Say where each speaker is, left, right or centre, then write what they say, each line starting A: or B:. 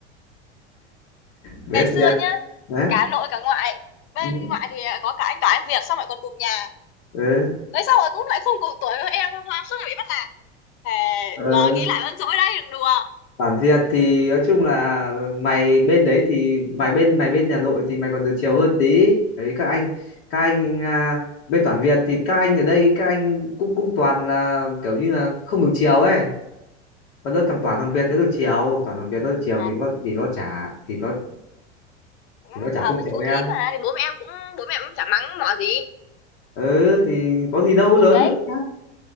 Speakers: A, on the left; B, on the left.
A: biết
B: Ngày xưa
A: thiệt
B: nhá,
A: đấy
B: cả nội cả ngoại. Bên
A: ừ.
B: ngoại thì có cả anh Toán anh Việt xong rồi còn cùng nhà.
A: ừ
B: Đấy xong rồi cũng lại không cùng tuổi với em suốt ngày bị bắt nạt. Thề,
A: ừ
B: giờ nghĩ lại vẫn dỗi đấy, đừng đùa.
A: bản Việt thì nói chung là mày bên đấy thì mày bên mày bên nhà nội thì mày còn được chiều hơn tí Tại vì các anh các anh à, bên toàn Việt thì các anh ở đây các anh cũng cũng toàn là kiểu như là không được chiều ấy còn đâu thằng toàn thằng Việt thì nó được chiều toàn thằng Việt nó được chiều
B: À,
A: thì nó thì nó chả thì nó thì
B: nó
A: nó chả
B: ở
A: không
B: với
A: chiều
B: chú
A: em
B: thím mà thì bố mẹ em cũng bố mẹ em cũng chả mắng mỏ gì.
A: ừ thì có gì đâu
B: Thì
A: lớn
B: đấy.
A: rồi cái khác